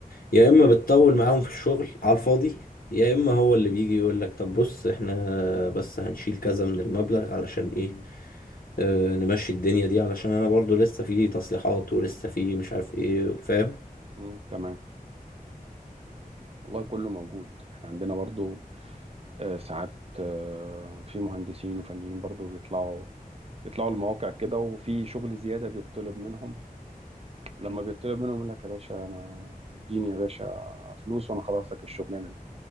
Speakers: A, on the left (about 70°); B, on the right (about 40°).
A: يا اما بتطول معاهم في الشغل على الفاضي يا اما هو اللي بيجي يقول لك طب بص احنا بس هنشيل كذا من المبلغ علشان ايه اه نمشي الدنيا دي علشان انا برضو لسه في تصليحات ولسه في مش عارف ايه فاهم
B: مم. تمام والله كله موجود احنا عندنا برضو آه، ساعات آه، في مهندسين وفنيين برضو بيطلعوا يطلعوا المواقع كده وفي شغل زياده بيطلب منهم لما بيطلب منهم يقول لك يا باشا انا اديني يا باشا فلوس وانا خلاص لك الشغلانه